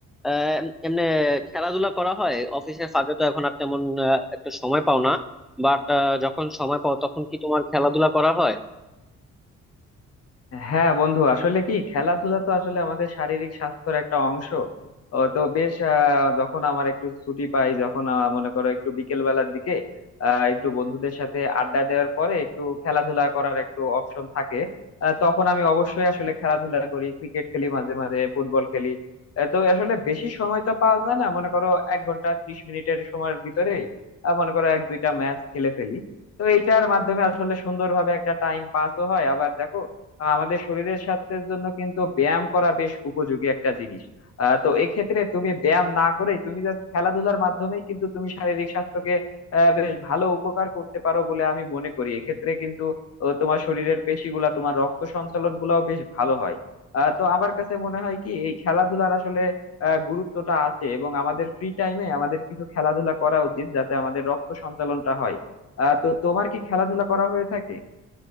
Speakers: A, in the centre; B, on the left.
A: আহ এমনি খেলাধুলা করা হয় অফিসের ফাঁকে তো এখন আর তেমন আহ, একটা সময় পাও না বাট যখন সময় পাও তখন কি তোমার খেলাধুলা করা হয়
B: হ্যাঁ বন্ধু আসলে কি খেলাধুলা তো আসলে আমাদের শারীরিক স্বাস্থ্যের একটা অংশ ও তো বেশ আহ, যখন আমার একটু ছুটি পাই যখন আহ, মনে করো একটু বিকেল বেলার দিকে আহ, একটু বন্ধুদের সাথে আড্ডা দেওয়ার পরে একটু খেলাধুলা করার একটু অপশন থাকে আহ, তখন আমি অবশ্যই আসলে খেলাধুলা করি ক্রিকেট খেলি মাঝে মাঝে ফুটবল খেলি আহ, তো আসলে বেশি সময় তো পাওয়া যায় না মনে করো এক ঘন্টা ত্রিশ মিনিটের সময়ের ভিতরেই আহ, মনে করো এক দুইটা ম্যাচ খেলে ফেলি তো এইটার মাধ্যমে আসলে সুন্দরভাবে একটা টাইম পাসও হয় আবার দেখো আহ আমাদের শরীরের স্বাস্থ্যের জন্য কিন্তু ব্যায়াম করা বেশ উপযোগী একটা জিনিস আহ তো এক্ষেত্রে তুমি ব্যায়াম না করে তুমি জাস্ট খেলাধুলার মাধ্যমেই কিন্তু তুমি শারীরিক স্বাস্থ্যকে আহ বেশ ভালো উপকার করতে পারো বলে আমি মনে করি এক্ষেত্রে কিন্তু আহ, তোমার শরীরের পেশিগুলা তোমার রক্ত সঞ্চালন গুলাও বেশ ভালো হয় আহ তো আমার কাছে মনে হয় কি এই খেলাধুলার আসলে আহ গুরুত্বটা আছে এবং আমাদের ফ্রি টাইমে আমাদের কিছু খেলাধুলা করা উচিত যাতে আমাদের রক্ত সঞ্চালনটা হয় আহ তো তোমার কি খেলাধুলা করা হয়ে থাকে